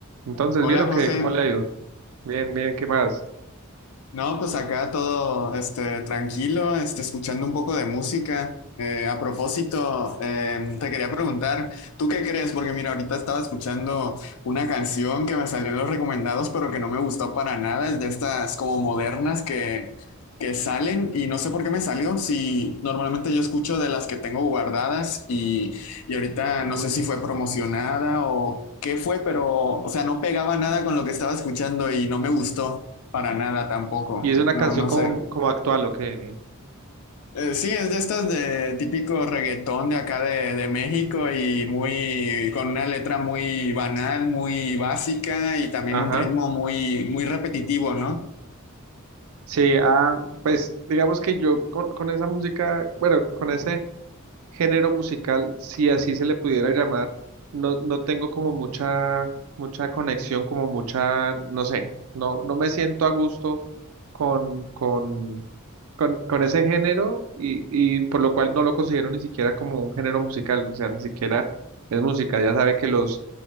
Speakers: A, on the right (about 75°); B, on the left (about 75°).
A: Entonces,
B: Hola
A: ¿bien o
B: José,
A: qué? ¿Cómo le ha ido? Bien, bien, ¿qué más?
B: no, pues acá todo este, tranquilo, este, escuchando un poco de música. Eh, a propósito, eh, te quería preguntar, ¿tú qué crees? Porque mira, ahorita estaba escuchando una canción que me salió en los recomendados, pero que no me gustó para nada, es de estas como modernas que, que salen y no sé por qué me salió, si normalmente yo escucho de las que tengo guardadas y, y ahorita no sé si fue promocionada o qué fue, pero o sea, no pegaba nada con lo que estaba escuchando y no me gustó. Para nada tampoco,
A: Y es una
B: no,
A: canción
B: no
A: como,
B: sé.
A: como actual, ¿o qué?
B: Eh, sí, es de estas de típico reggaetón de acá de, de México y muy con una letra muy banal, muy básica y también
A: Ajá.
B: un ritmo muy, muy repetitivo, ¿no?
A: Sí, ah, pues digamos que yo con, con esa música, bueno, con ese género musical, si así se le pudiera llamar, no, no tengo como mucha, mucha conexión, como mucha, no sé, no, no me siento a gusto con, con, con, con ese género y, y por lo cual no lo considero ni siquiera como un género musical, o sea, ni siquiera es música, ya sabe que los